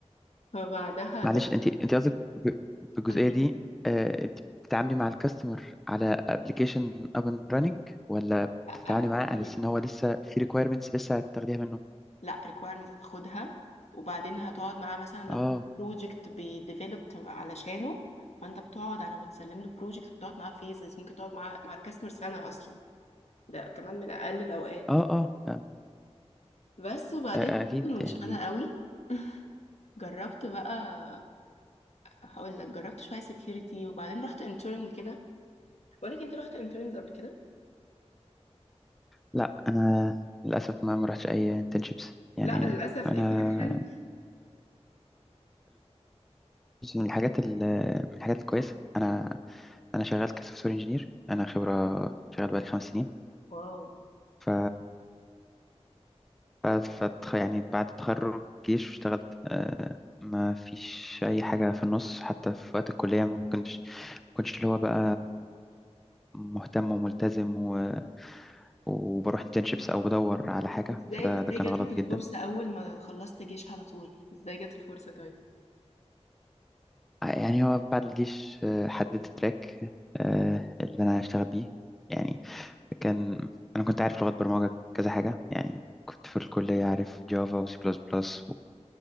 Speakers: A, on the left; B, in the centre.
A: فبعدها
B: معلش
A: جربت
B: انتي انتي قصدك ب- بالجزئيه
A: تقول لي
B: دي آه انتي بتتعاملي مع الكاستمر على ابلكيشن اب اند راننج ولا
A: لا
B: بتتعاملي
A: بتدي
B: معاه على اساس ان هو لسه في ريكويرمنتس لسه هتاخديها منه
A: لا requirements هتاخدها وبعدين هتقعد معاه مثلا لو
B: اه
A: هو بروجكت بيديفلوبت علشانه فانت بتقعد على ما تسلم له بروجكت بتقعد معاه فيزز ممكن تقعد مع مع الكاستمر سنه اصلا ده كمان من اقل الاوقات
B: اه اه آه،
A: بس وبعدين
B: آه،
A: حسيت
B: اكيد
A: إنه مش
B: يعني
A: انا قوي <laughs> جربت بقى هقول لك جربت شويه سكيورتي وبعدين رحت انترن كده بقول لك انت رحت انترنز قبل كده
B: لا انا للاسف ما ما رحتش اي انترنشيبس يعني
A: لا للأسف
B: انا
A: ايه ده حلو
B: من الحاجات ال- من الحاجات الكويسه انا انا شغال كسوفت وير انجينير انا خبره شغال بقالي خمس سنين
A: واو
B: ف ف فتخ- يعني بعد التخرج جيش اشتغلت آه، ما فيش اي حاجه في النص حتى في وقت الكليه ما كنتش ما كنتش اللي هو بقى مهتم وملتزم و... وبروح انترنشيبس او بدور على حاجه
A: ازاي
B: فده
A: ازاي
B: ده كان
A: جات
B: غلط
A: لك الفرصة
B: جدا
A: اول ما خلصت جيش على طول ازاي جت الفرصة طيب
B: يعني هو بعد الجيش آه، حددت التراك آه، اللي انا هشتغل بيه يعني كان انا كنت عارف لغات برمجه كذا حاجه يعني كنت في الكليه عارف جافا وسي بلس بلس